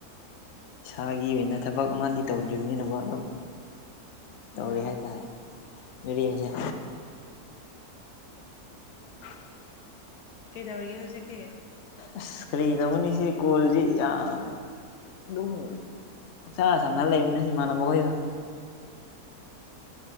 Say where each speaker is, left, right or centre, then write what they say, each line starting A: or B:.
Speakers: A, on the left; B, on the left.
A: ꯏꯁꯥꯒꯤ ꯑꯣꯏꯅ ꯊꯕꯛ ꯑꯃꯅꯤ ꯇꯧꯗ꯭ꯔꯤꯕꯅꯤꯅꯀ‌ꯣ ꯑꯗꯨꯝ ꯇꯧꯔꯤ
B: ꯎꯝ
A: ꯍꯥꯏꯇꯥꯔꯦ ꯃꯤꯔꯦꯝꯁ‌ꯦ <inaudible>
B: ꯀꯩꯗꯧꯔꯤ ꯍꯧꯖꯤꯛꯇꯤ
A: ꯑꯁ ꯀꯔꯤ ꯇꯧꯒꯅꯤ ꯁꯤ ꯀ‌ꯣꯜꯖꯤ ꯌꯥꯏ ꯗꯨꯝ ꯄꯨꯛꯁꯥ ꯁꯥꯟꯅꯔ ꯂꯩꯕꯅꯦ ꯏꯃꯥꯟꯅꯕ ꯍꯣꯏꯒ